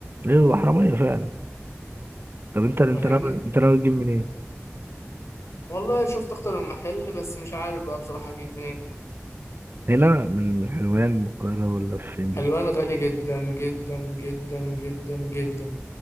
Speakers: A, on the right; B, on the left.
A: ايه هو حراميه فعلا طب انت انت
B: فاهمني
A: ناوي انت ناوي تجيب منين؟
B: والله شفت اكتر من محل بس مش عارف بقى بصراحة اجيب منين
A: هنا من حلوان من القاهره ولا فين
B: حلوان
A: بالظبط؟
B: غالي جدا جدا جدا جدا جدا